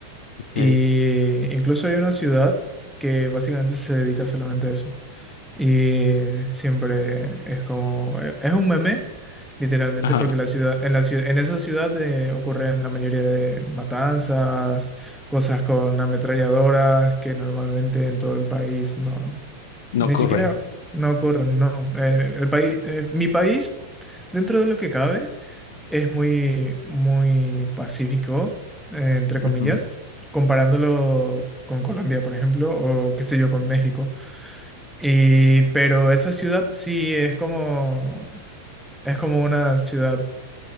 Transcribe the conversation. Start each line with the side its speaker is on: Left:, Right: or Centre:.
Left: Ok.
Centre: Y incluso hay una ciudad que básicamente se dedica solamente a eso. Y siempre es como, e- es un meme, literalmente,
Left: Ajá,
Centre: porque la ciudad, en la ciudad, en esa ciudad eh, ocurren la mayoría de matanzas, cosas con ametralladoras que normalmente en todo el país no,
Left: no
Centre: ni
Left: ocurren.
Centre: siquiera no ocurren, no. Eh, el país, eh, mi país, dentro de lo que cabe, es muy, muy pacífico, eh, entre
Left: Ujú.
Centre: comillas, comparándolo con Colombia, por ejemplo, o qué sé yo, con México. Y, pero esa ciudad sí es como, es como una ciudad